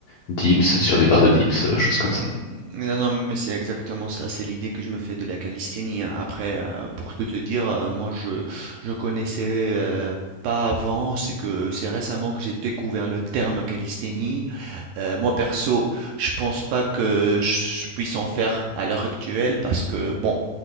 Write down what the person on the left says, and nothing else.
dips sur des barres de dips, euh, choses comme ça.